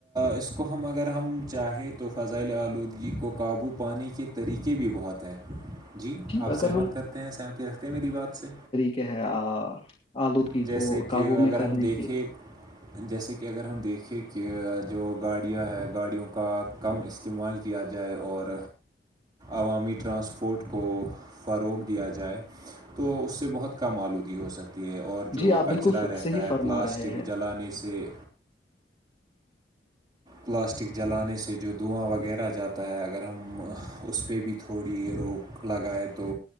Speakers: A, on the right; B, on the left.
A: اس کو ہم اگر ہم چاہیں تو فضائل آلودگی کو قابو پانے کے طریقے بھی بہت ہیں جی آپ
B: اگر
A: سہمت
B: ہم
A: کرتے ہیں سہمتی رکھتے ہیں میری بات سے
B: کیا ہے آلودگی
A: جیسے
B: کو قابو
A: کہ اگر
B: میں کرنے
A: ہم دیکھیں
B: کی
A: جیسے کہ اگر ہم دیکھیں کہ جو گاڑیاں ہے گاڑیوں کا کم استعمال کیا جائے اور عوامی ٹرانسپورٹ کو فروغ دیا جائے تو اس سے بہت کم آلودگی ہو سکتی ہے اور جو
B: جی آپ
A: کچرا
B: بالکل
A: رہتا
B: صحیح
A: ہے
B: فرما
A: پلاسٹک
B: رہے ہیں
A: جلانے سے پلاسٹک جلانے سے جو دھواں وغیرہ جاتا ہے اگر ہم اس پہ بھی تھوڑی یہ روک لگا ہے تو